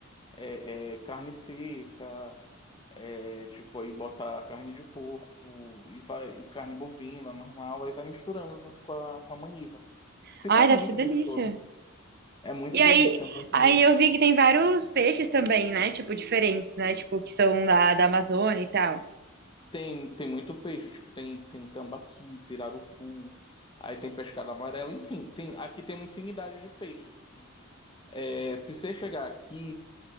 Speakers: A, on the left (about 20°); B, on the right (about 50°).
A: é, é, carne seca, é, tipo, aí bota carne de porco e vai e carne bovina, normal, aí vai misturando junto com a, com a maniva.
B: <laughs>
A: Fica
B: Ai,
A: muito
B: deve ser delícia.
A: gostoso. É muito
B: E
A: delícia,
B: aí,
A: muito
B: aí
A: mesmo.
B: eu vi que tem vários peixes também, né? Tipo, diferentes, né? Tipo, que são da, da Amazônia e tal.
A: Tem, tem muito peixe, tipo, tem, tem tambaqui, pirarucu, aí tem pescada amarela, enfim, tem, aqui tem uma infinidade de peixes, assim. É, se você chegar aqui,